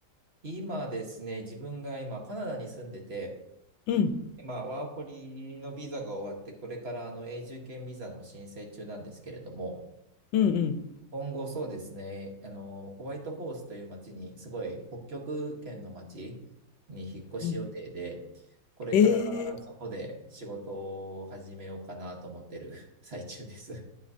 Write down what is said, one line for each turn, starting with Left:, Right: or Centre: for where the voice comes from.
Right: 今ですね、自分が今カナダに住んでて、
Left: うん、
Right: 今ワーホリのビザが終わって、これからあの永住権ビザの申請中なんですけれども、
Left: うん、うん、
Right: 今後そうですね、あの、ホワイトホースという町に、すごい北極圏の町に引っ越し予定で、
Left: うん。
Right: これからそこで仕事を始めようかなと思ってる
Left: えー、
Right: <laughs> 最中です。